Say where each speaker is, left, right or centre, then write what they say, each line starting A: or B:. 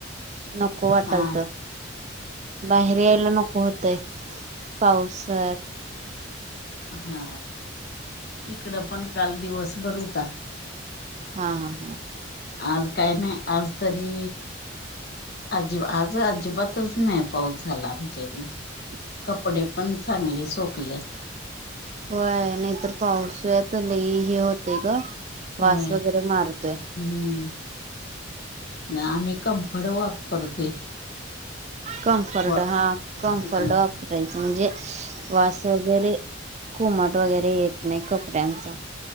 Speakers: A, on the right; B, on the left.
A: नको वाटालत
B: हा
A: बाहेर
B: इकड
A: यायला नको होतय पावसाळ्यात
B: हा हा इकड पण काल दिवस भर होता.
A: हा हा हा.
B: आज काय नाही आज तरी अजिब आज अजिबातच नाही पाऊस झाला आमच्या इकडं.
A: <unintelligible>
B: कपडे पण चांगले सोकल्यात.
A: हो नाहीतर पाऊस आहे तर लई हे होतय ग वास
B: होय
A: वगैरे मारतोय.
B: हम्म आम्ही कंफड वापरतोय.
A: कॉम्फर्ड
B: वा
A: हा कम्फर्ट
B: अ
A: वापरायच म्हणजे वास वगैरे कोमट वगैरे येत नाही कपड्यांचा.